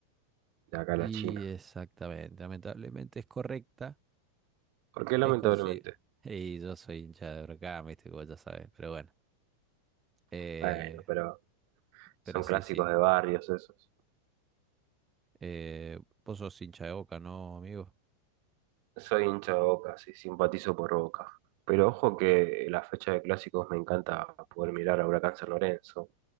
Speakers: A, on the right; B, on the right.
A: de acá
B: Y
A: a la China.
B: exactamente, lamentablemente es correcta,
A: ¿Por qué lamentablemente?
B: es consi- Y yo soy hincha de Huracán, viste, como ya sabes, pero bueno. Eh,
A: Bueno, pero
B: pero
A: son
B: sí,
A: clásicos
B: sí.
A: de barrios esos.
B: Eh, vos sos hincha de Boca, ¿no, amigo?
A: Soy hincha de Boca, sí, simpatizo por Boca. Pero ojo que en la fecha de clásicos me encanta poder mirar a Huracán San Lorenzo,